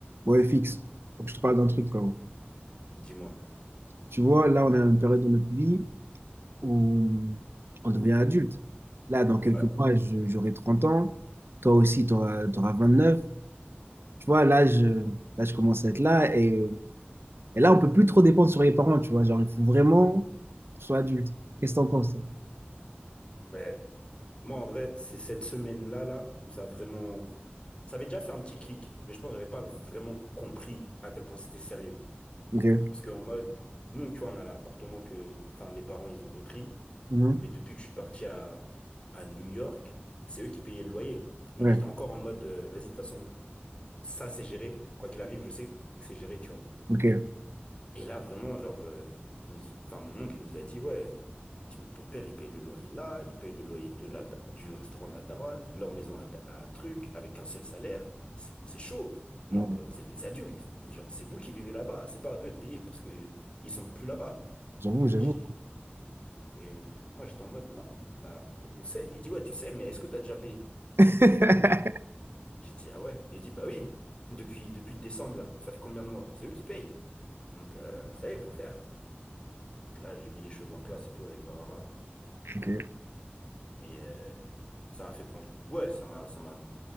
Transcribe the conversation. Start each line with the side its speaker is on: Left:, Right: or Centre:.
Right: Bon, FX, faut que je te parle d'un truc quand même.
Left: Dis-moi.
Right: Tu vois, là, on a une période de notre vie où on devient adulte. Là, dans quelques
Left: Ouais.
Right: mois, je- j'aurai 30 ans. Toi aussi, tu auras, 29. Tu vois, là je, là, je commence à être là. Et, et là, on peut plus trop dépendre sur les parents, tu vois. Genre, il faut vraiment qu'on soit adulte. Qu'est-ce que t'en penses? toi
Left: Ben, moi, en vrai, c'est cette semaine-là, là, où ça a vraiment... Ça avait déjà fait un petit clic, mais je pense que j'avais pas vraiment compris à quel point c'était sérieux.
Right: Ok.
Left: Parce que en mode, nous, tu vois, on a l'appartement que... Enfin, les parents, ils ont repris.
Right: Mhm.
Left: Mais depuis que je suis parti à, à New York, c'est eux qui payaient le loyer. Genre,
Right: Ouais.
Left: j'étais encore en mode, euh, vas-y, de toute façon, ça, c'est géré. Quoi qu'il arrive, je sais que c'est géré, tu vois.
Right: Ok.
Left: Et là, vraiment, genre, euh, il nous- enfin, mon oncle, il nous a dit, ouais, tu- ton père, il paye le loyer là, il paye le loyer de la, du restaurant de la daronne, leur maison à, à truc, avec un seul salaire. C'est c'est chaud. Genre,
Right: Ouais.
Left: vous êtes des adultes. Genre, c'est vous qui vivez là-bas. C'est pas à eux de payer parce que ils sont plus là-bas.
Right: J'avoue, j'avoue.
Left: J'ai- Et moi, j'étais en mode, non, bah, on sait. Il dit, ouais, tu sais, mais est-ce que t'as déjà payé?
Right: <laughs>
Left: J'ai dit, ah ouais. Il dit, bah oui, depuis, depuis décembre, là, ça fait combien de mois? C'est eux qui payent. Donc, euh, ça y est, faut faire. Là, j'ai mis les choses en place et tout avec Barara.
Right: Ok.
Left: Mais euh, ça m'a fait prendre. Ouais, ça m'a, ça m'a.